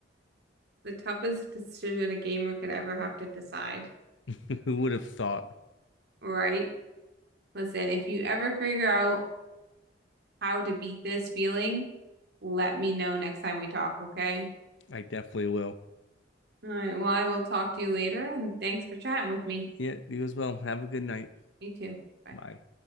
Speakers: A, on the right (about 60°); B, on the left (about 80°).
A: The toughest decision a gamer could ever have to decide,
B: <laughs> Who would have thought?
A: right? Listen, if you ever figure out how to beat this feeling, let me know next time we talk, okay?
B: I definitely will.
A: All right. Well, I will talk to you later, and thanks for chatting with me.
B: Yeah, you as well. Have a good night.
A: You too. Bye.
B: Bye.